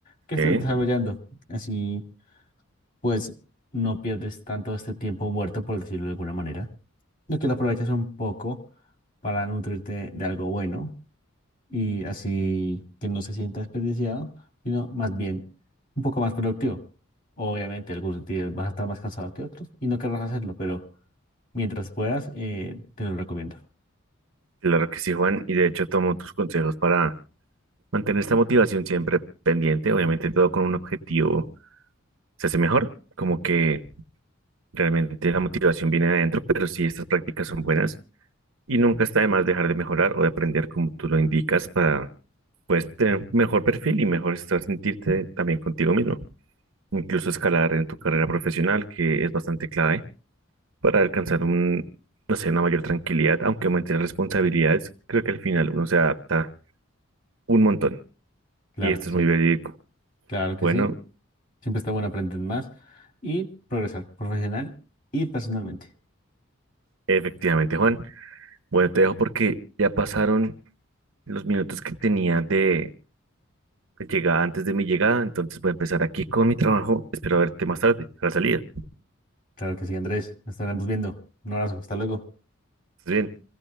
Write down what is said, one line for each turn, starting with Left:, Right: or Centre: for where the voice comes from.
Left: que
Right: ¿ok?
Left: estés desarrollando. Así, pues, no pierdes tanto este tiempo muerto, por decirlo de alguna manera lo que lo aprovechas un poco para nutrirte de algo bueno y así que no se sienta desperdiciado, sino más bien un poco más productivo. Obviamente, algunos días vas a estar más cansado que otros y no querrás hacerlo, pero mientras puedas, eh, te lo recomiendo.
Right: Claro que sí, Juan, y de hecho tomo tus consejos para mantener esta motivación siempre pendiente. Obviamente todo con un objetivo se hace mejor, como que realmente la motivación viene de adentro, pero sí estas prácticas son buenas y nunca está de más dejar de mejorar o de aprender como tú lo indicas para pues tener un mejor perfil y mejor estar sentirte también contigo mismo. Incluso escalar en tu carrera profesional, que es bastante clave para alcanzar un, no sé, una mayor tranquilidad, aunque aumente las responsabilidades, creo que al final uno se adapta un montón.
Left: Claro
Right: Y esto
Left: que sí,
Right: es muy verídico.
Left: claro que
Right: Bueno,
Left: sí. Siempre está bueno aprender más y progresar profesional y personalmente.
Right: efectivamente, Juan. Bueno, te dejo porque ya pasaron los minutos que tenía de de llegada antes de mi llegada. Entonces voy a empezar aquí con mi trabajo. Espero verte más tarde, a la salida.
Left: Claro que sí, Andrés. Nos estaremos viendo. Un abrazo, hasta luego.
Right: ¿Estás bien?